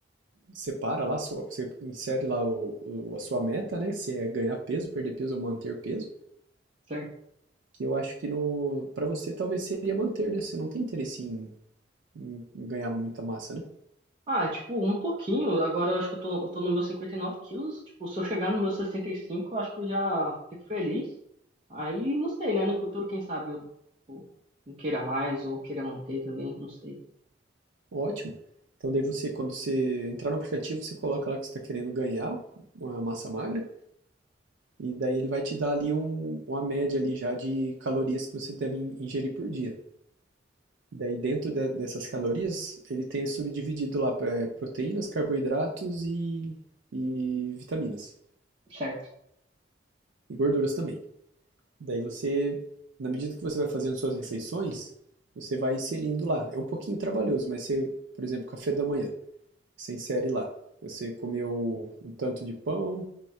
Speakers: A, on the right; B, on the right.
A: separa lá, sua- você insere lá o- o- a sua meta, né? Se é ganhar peso, perder peso ou manter peso.
B: certo?
A: que eu acho que no para você talvez seria manter, né? Você não tem interesse em, em ganhar muita massa, né?
B: Ah, tipo, um pouquinho. Agora eu acho que eu tô, eu tô no meu 59 quilos. Tipo, se eu chegar no meu 65, eu acho que eu já fico feliz. Aí, não sei, né? No futuro, quem sabe eu, eu não queira mais ou queira manter também, não sei.
A: Ótimo. Então daí você, quando você entrar no aplicativo, você coloca lá que você está querendo ganhar uma massa magra e daí ele vai te dar ali um, uma média ali já de calorias que você deve in- ingerir por dia. Daí dentro de- dessas calorias, ele tem subdividido lá pra- proteínas, carboidratos e, e vitaminas
B: Certo,
A: e gorduras também. Daí você, na medida que você vai fazendo suas refeições, você vai inserindo lá. É um pouquinho trabalhoso, mas você, por exemplo, café da manhã, você insere lá. Você comeu um tanto de pão,